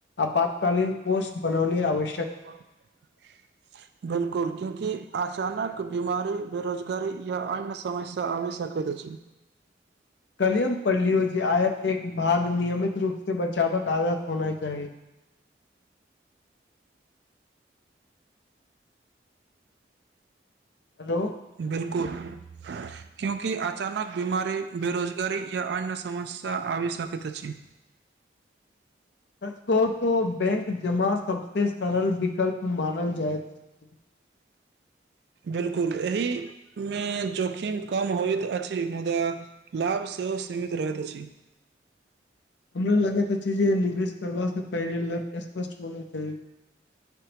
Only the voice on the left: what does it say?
आपातकालीन कोष बनौने आबै
काल्हिये हम पढ़लियै जे आयक एक भाग नियमित रूप से बचावक आदत होना चाही। हेलो
परितोष। त बैंक जमा सब से सरल विकल्प मानल जाइत अछि।
हमरा लगे छै जे निवेश करबा से पहिने लक्ष्य स्पष्ट होना चाही।